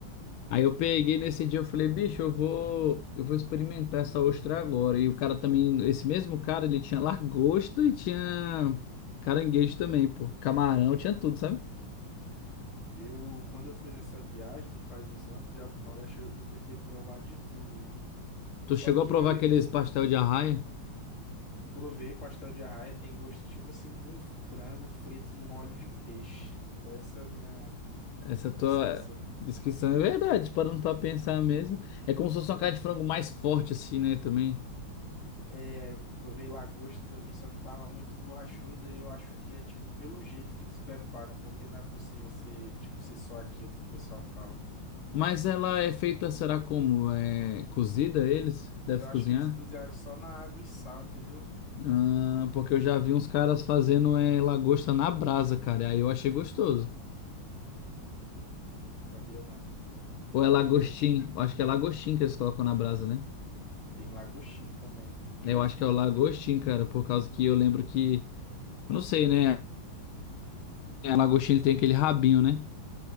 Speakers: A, on the left; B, on the left.
A: Aí eu peguei nesse dia, eu falei, bicho, eu vou, eu vou experimentar essa ostra agora. E o cara também, esse mesmo cara, ele tinha lagosta e tinha caranguejo também, pô. Camarão, tinha tudo, sabe?
B: Eu, quando eu fui nessa viagem, que faz uns anos, já pro Nordeste, eu, eu tentei provar de tudo, mano.
A: Tu
B: Só
A: chegou
B: que
A: a provar aqueles pastel de arraia?
B: Provei pastel de arraia, tem gosto tipo assim de um frango frito num óleo de peixe. Foi essa a minha
A: Essa tua
B: descrição.
A: descrição é verdade, parando pra pensar mesmo. É como se fosse uma carne de frango mais forte, assim, né, também.
B: É, eu provei lagosta também, só que tava muito borrachuda e eu acho que é tipo pelo jeito que eles preparam, porque não é possível ser tipo ser só aquilo que o pessoal fala.
A: Mas ela é feita, será como? É cozida eles? Deve
B: Eu
A: cozinhar?
B: acho que eles cozinharam só na água e sal, entendeu?
A: Ah, porque eu já vi uns caras fazendo é, lagosta na brasa, cara. E Aí eu achei gostoso.
B: Sabia não.
A: Ou é lagostim?
B: Nunca vi.
A: Eu acho que é lagostim que eles colocam na brasa, né?
B: Tem lagostim também.
A: Eu
B: Deve
A: acho
B: ter
A: que é o lagostim,
B: que ter que.
A: cara, por causa que eu lembro que. Eu não sei, né? A lagostim ele tem aquele rabinho, né?